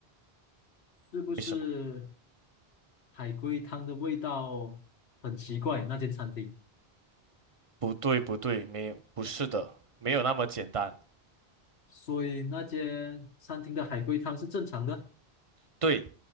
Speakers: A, on the left (about 80°); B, on the right (about 35°).
A: 是不是
B: 为什么？
A: 海龟汤的味道很奇怪？那间餐厅，
B: 不对，不对，没有，不是的，没有那么简单。
A: 所以那间餐厅的海龟汤是正常的。
B: 对，